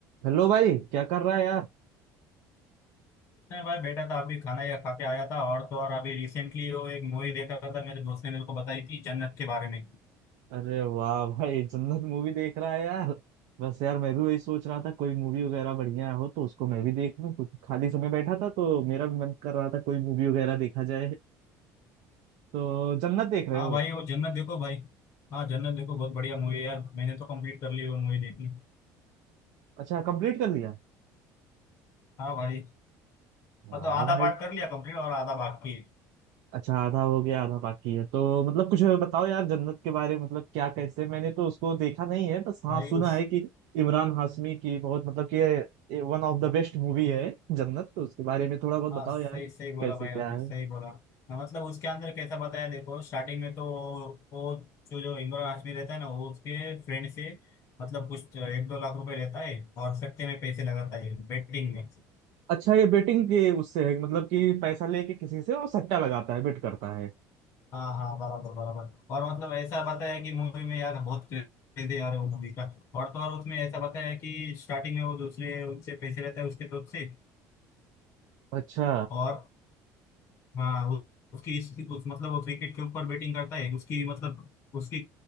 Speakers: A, on the right (about 75°); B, on the left (about 40°).
A: Hello भाई क्या कर रहा है यार
B: नहीं भाई बेटा था अभी खाना या खा के आया था और तो और अभी रिसेंटली वो एक मूवी देख रहा था मेरे दोस्त ने मेरे को बताई थी जन्नत के बारे में
A: अरे वाह भाई जन्नत मूवी देख रहा है यार बस यार मैं भी वही सोच रहा था कोई मूवी वगैरह बढ़िया हो तो उसको मैं भी देख लूं कुछ खाली समय बैठा था तो मेरा भी मन कर रहा था कोई मूवी वगैरह देखा जाए तो जन्नत देख रहे
B: हाँ
A: हो
B: भाई वो जन्नत देखो भाई हाँ जन्नत देखो बहुत बढ़िया मूवी है यार मैंने तो कंप्लीट कर ली वो मूवी देखनी
A: अच्छा कंप्लीट कर लिया
B: हाँ भाई
A: वाह
B: मतलब आधा
A: भाई
B: पार्ट कर लिया कंप्लीट और आधा बाकी है
A: अच्छा आधा हो गया आधा बाकी है तो मतलब कुछ बताओ यार जन्नत के बारे में मतलब क्या कैसे मैंने तो उसको देखा नहीं है बस हाँ
B: भाई
A: सुना
B: उस
A: है कि इमरान हाशमी की बहुत मतलब कि one of the best movie है जन्नत तो उसके बारे में थोड़ा बहुत
B: हाँ
A: बताओ
B: सही
A: यार
B: सही बोला
A: कैसे
B: भाई
A: क्या
B: आपने
A: है
B: सही बोला हाँ, मतलब उसके अंदर कैसा बताया देखो स्टार्टिंग में तो वो जो जो इमरान हाशमी रहता है ना वो उसके फ्रेंड से मतलब कुछ एक दो लाख रुपए लेता है और सट्टे में पैसे लगाता है बेटिंग में
A: अच्छा ये बेटिंग के उससे है मतलब कि पैसा लेके किसी से और सट्टा लगाता है बेट करता है
B: हाँ हाँ बराबर बराबर और मतलब ऐसा बताया है कि मूवी में यार बहुत क्रेज है यार वो मूवी का और तो और उसमें ऐसा बताया है कि स्टार्टिंग में वो दूसरे उससे पैसे रहता है उसके तरफ से
A: अच्छा
B: और हाँ उ- उसकी इस उस मतलब वो क्रिकेट के ऊपर बैटिंग करता है उसकी मतलब उसकी